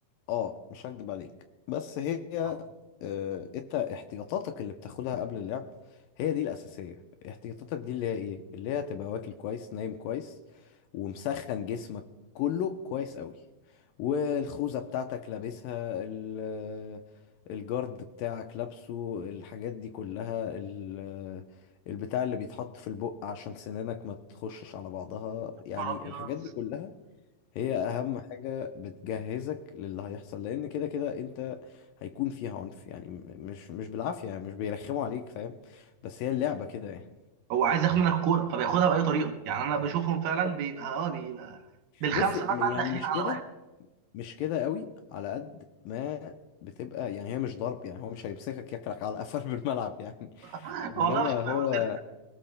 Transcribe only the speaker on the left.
اه مش هكدب عليك بس هي
آه انت احتياطاتك اللي بتاخدها قبل اللعب هي دي الاساسيه احتياطاتك دي اللي هي ايه اللي هي تبقى واكل كويس نايم كويس ومسخن جسمك كله كويس قوي والخوذه بتاعتك لابسها ال- الجارد بتاعك لابسه الحاجات دي كلها ال- البتاع اللي بيتحط في البق عشان سنانك ما تخشش على بعضها يعني
الحاجات دي كلها هي اهم حاجة بتجهزك للي هيحصل لان كده كده انت هيكون فيها عنف يعني م- مش مش بالعافية يعني مش بيرخموا عليك فاهم بس هي اللعبة كده يعني
طب
بص
م- يعني
مش
كده
مش كده قوي على قد ما بتبقى يعني هي مش ضرب يعني هو مش هيمسكك ياكلك على قفل بالملعب <laughs> يعني
انما
هو